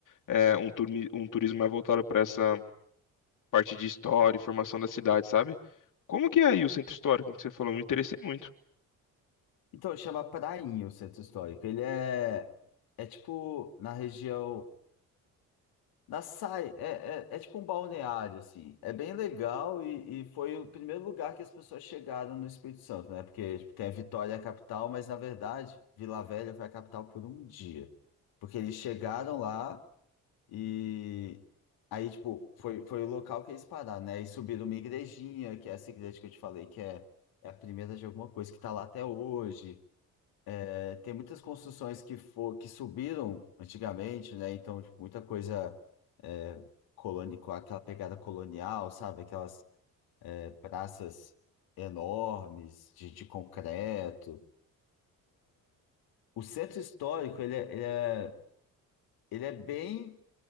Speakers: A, on the left (about 55°); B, on the left (about 75°).
A: é, um, turmi- um turismo mais voltado para essa parte de história e formação da cidade, sabe? Como que é aí o centro histórico que você falou? Me interessei muito.
B: Então chama Prainha o centro histórico. Ele é, é tipo na região. Na Sai, é, é, é tipo um balneário, assim. É bem legal e, e foi o primeiro lugar que as pessoas chegaram no Espírito Santo, né? Porque tipo, tem a Vitória, a capital, mas na verdade, Vila Velha foi a capital por um dia. Porque eles chegaram lá e aí, tipo, foi, foi o local que eles pararam, né? E subiram uma igrejinha, que é essa igreja que eu te falei, que é, é a primeira de alguma coisa que tá lá até hoje. É, Tem muitas construções que, for, que subiram antigamente, né? Então, tipo, muita coisa é, coloni- com aquela pegada colonial, sabe? Aquelas é, praças enormes de, de concreto. O centro histórico, ele é, ele é, ele é bem.